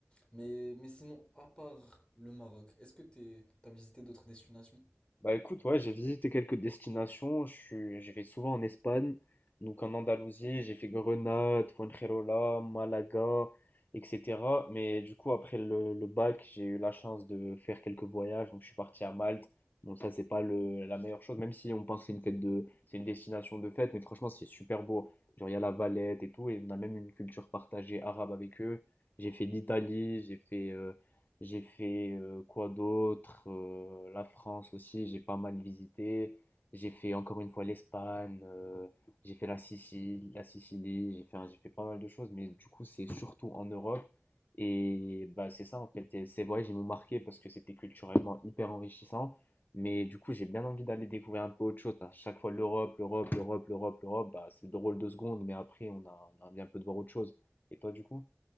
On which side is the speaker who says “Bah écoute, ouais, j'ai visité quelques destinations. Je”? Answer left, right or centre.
Left